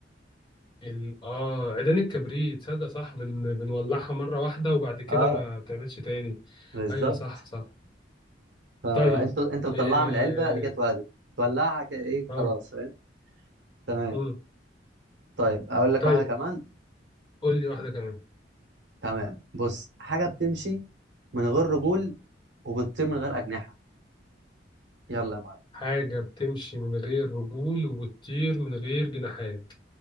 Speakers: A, on the left; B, on the right.
A: ال... آه عيدان الكبريت تصدق صح بن... بنولعها مرة واحدة وبعد كده
B: اه
A: ما بتعملش تاني
B: بالظبط
A: أيوة صح صح
B: فانت
A: طيب
B: انت بتطلعها
A: إيه...
B: من العلبه قد كده اتولدت تولعها كده ايه
A: آه
B: خلاص فاهم تمام
A: مم.
B: طيب اقول لك
A: طيب
B: واحده كمان
A: قول لي واحدة كمان
B: تمام بص حاجه بتمشي من غير رجول وبتطير من غير اجنحه يلا يا معلم
A: حاجة بتمشي من غير رجول وبتطير من غير جناحات